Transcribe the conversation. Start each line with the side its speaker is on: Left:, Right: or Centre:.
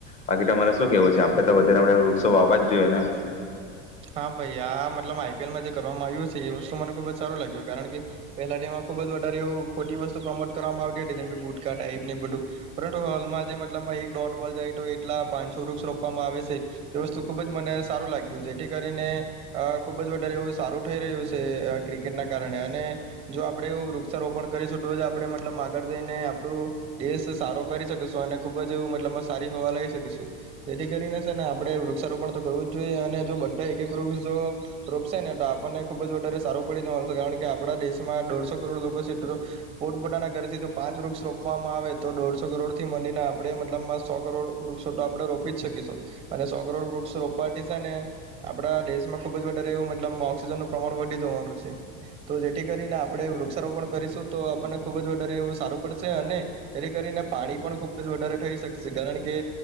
Left: બાકી તમારે શું કેવું છે. આપડે તો વધારે વૃક્ષો વાવા જ જોઈએ ને.
Right: હા ભાઈ આ મતલબ આઈ પી એલ માં જે કરવામાં આવ્યું છે. એ વસ્તુ મને ખુબ જ સારું લાગ્યું. કારણ કે પેલા ટેમાં ખુબ જ વધારે એવું ખોટી વસ્તુ પ્રમોટ કરવામાં આવતી હતી. જેમકે ગુટકા ટાઈપ ને બધું પરંતુ હાલમાં જે મતલબમાં એક ડોટ બોલ જાય તો એટલા પાંચસો વૃક્ષ રોપવામાં આવે છે. એ વસ્તુ ખુબ જ મને સારું લાગ્યું જેથી કરીને અ ખુબ જ વધારે એવું સારું થઈ રહ્યું છે આ ક્રિકેટના કારણે અને જો આપડે એવું વૃક્ષારોપણ કરીશું તો જ આપડે મતલબ આગળ જઈને આપડુ દેશ સારો કરી શકી શકું શું અને ખુબ જ મતલબમાં સારી હવા લઈ શકુ શું જેથી કરીને છે ને આપણે વૃક્ષારોપણ તો કરવું જ જોઈએ અને જો બ એક એક વૃક્ષ જો રોપશે ને તો આપણને ખુબ જ વધારે સારું પડી જવાનું છે કારણ કે આપડા દેશમાં દોઢસો કરોડ લોકો છે પોતપોતાના ઘરથી જો પાંચ વૃક્ષ રોપવામાં આવે તો દોઢસો કરોડથી મડીને આપડે મતલબમાં સો કરોડ વૃક્ષો તો આપડે રોપી જ શકીશું અને સો કરોડ વૃક્ષ રોપવાથી છે ને આપડા દેશમાં ખૂબ જ વધારે એવું મતલબ ઓક્સિજનનું પ્રમાણ વધી જવાનું છે. તો જેથી કરીને આપડે વૃક્ષારોપણ કરીશું તો આપણને ખુબ જ વધારે એવું સારું પડશે અને જેથી કરીને પાણી પણ ખૂબ જ વધારે થઈ શકશે કારણ કે